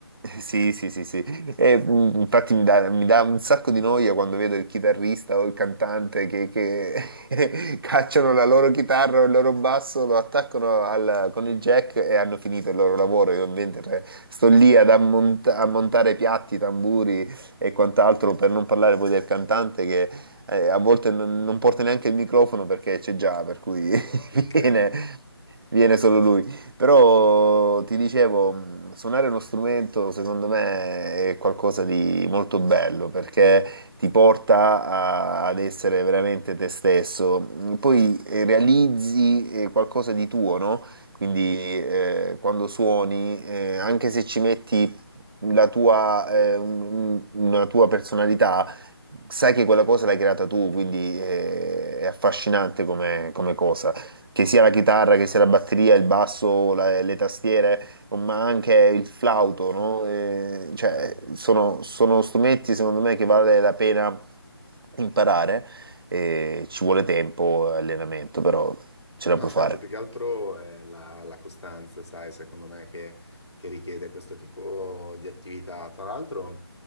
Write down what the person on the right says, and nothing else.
<laughs> sì, sì, sì, sì. E, mh, infatti mi dà, mi dà un sacco di noia quando vedo il chitarrista o il cantante che, che <laughs> cacciano la loro chitarra o il loro basso, lo attaccano al- con il jack e hanno finito il loro lavoro. Io mentre sto lì ad ammont- a montare piatti, tamburi e quant'altro, per non parlare poi del cantante che eh, a volte non, non porta neanche il microfono perché c'è già, per cui <laughs>
viene, viene solo lui. Però ti dicevo, mh, suonare uno strumento secondo me è qualcosa di molto bello perché ti porta a- ad essere veramente te stesso. Mm, Poi eh, realizzi eh, qualcosa di tuo, no? Quindi eh, quando suoni, eh, anche se ci metti la tua, eh, un- un- una tua personalità, sai che quella cosa l'hai creata tu, quindi eh, è affascinante come, come cosa. Che sia la chitarra, che sia la batteria, il basso, la- le tastiere ma anche il flauto, no? Eh, cioè,
sono, sono strumenti secondo me che vale la pena imparare. eh, ci vuole tempo e allenamento, però ce
la puoi
fare.